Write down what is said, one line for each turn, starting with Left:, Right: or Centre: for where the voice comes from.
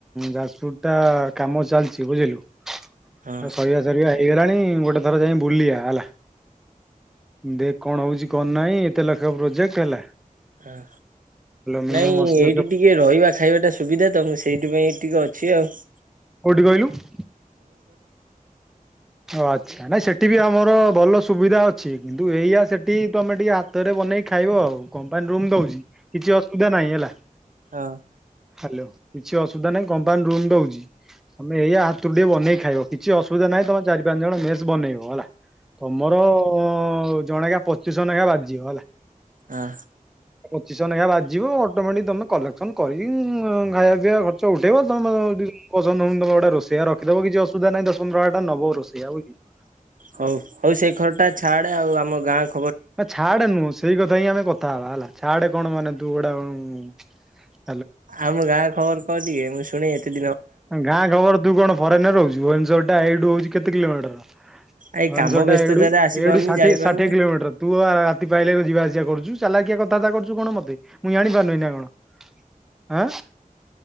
Centre: ଯାଜପୁର ଟା କାମ ଚାଲିଛି ବୁଝିଲୁ। ଆଉ
Right: ହଁ
Centre: ସରିବା ସରିବା ହେଇଗଲାଣି ଗୋଟେ ଥର ଯାଇ ବୁଲିବା ହେଲା ଦେ କଣ ହଉଛି କଣ ନାହିଁ ଏତେ ଲକ୍ଷ ପ୍ରୋଜେକ୍ଟ ହେଲା।
Right: ହାଁ
Centre: ମିନିମମ୍
Right: ନାଇଁ
Centre: ଅଶୀ
Right: ଏଇଠି
Centre: ଲକ୍ଷ
Right: ଟିକେ ରହିବା । ଖାଇବାଟା ସୁବିଧା ତ ମୁଁ ସେଇଥି ପାଇଁ ଟିକେ ଅଛି ଆଉ ।
Centre: କୋଠି କହିଲୁ । ଆଚ୍ଛା ନାଇଁ ସେଠି ବି ଆମର ଭଲ ସୁବିଧା ଅଛି କିନ୍ତୁ ଏଇଆ ସେଠି ତମେ ଟିକେ ହାତରେ ବନେଇକି ଖାଇବ ଆଉ କଣ ତା ନ ରୁମ ଦଉଛି କିଛି ଅସୁବିଧା ନାହିଁ ହେଲା ।
Right: ହଁ
Centre: ହ୍ୟାଲୋ କିଛି ଅସୁବିଧା ନାଇଁ କମ୍ପାନି ରୁମ ଦଉଛି ତମେ ଏଇଆ ହାତରୁ ଟିକେ ବନେଇ ଖାଇବ କିଛି ଅସୁବିଧା ନାହିଁ ତମେ ଚାରି ପାଞ୍ଚ ଜଣ ମେସ୍ ବନେଇବ ହେଲା । ତମର ହଉ ଜଣେଖା ପଚିଶନେଖା ବାଜିବ ହେଲା ।
Right: ହଁ
Centre: ପଚିସ ନେଖା ବାଜିବ ଅଟୋମେଟିକ ତମେ କଲେକ୍ସନ କରିକି ଖାଇବା ପିଆ ଖ ଚ ଉଠେଇବ ତମେ ତମର ପସନ୍ଦ ହଉନି ତମେ ଗୋଟା ରୋଷଇଆ ରଖିଦବ କିଛି ଅସବିଧା ନାଁଇ ଦସ ପନ୍ଦର ହଜାର ଟଙ୍କା ନବ ରୋ ସେ ଆଉ <unintelligible>
Right: ହଉ ହଉ ସେଇ ଘରଟା ଅଛି। ଛାଡେ ଆଉ ଆମ ଗାଁ କ
Centre: ନା ଛାଡ ନୁହଁ ସେଇ କଥା ହିଁ ଆମେ କଥ କଥା ହବା ହେଲା, ଛାଡ଼େ କଣ ମାନେ ତୁ ଗୋଟେ ଉନ୍ ।
Right: ଆମ ଗାଁ ଖବର କହ ଟିକେ ମୁଁ ଶୁଣେ ଏ ତେ
Centre: ଗାଁ ଖବର ତୁ କଣ। ଫରେନ ରେ ରହୁଚୁ, ଭୁଏନେଶ୍ୱର ଟା ହଉଚି ଏଇଠୁ କେତେ କିଲୋମିଟର? ଭୁଏନେଶ୍ୱର
Right: ଏଇ କାମ ବ୍ୟସ୍ତତାରେ
Centre: ଟା ଏଇଠୁ
Right: ଆସିପାରୁନି
Centre: ଏଇଠୁ ଷାଠିଏ
Right: ଯାଇପାରୁନି
Centre: ଷାଠଏ କିଲୋମିଟର ତୁ ଆ ରାତି ପାଇଲେ ଯିବା ଆସିବା କରୁଛୁ ଚାଲାକିଆ କଥାବାର୍ତା କରୁଛୁ କଣ ମତେ ମୁଁ ଜାଣିପାରୁନି ନା କଣ ।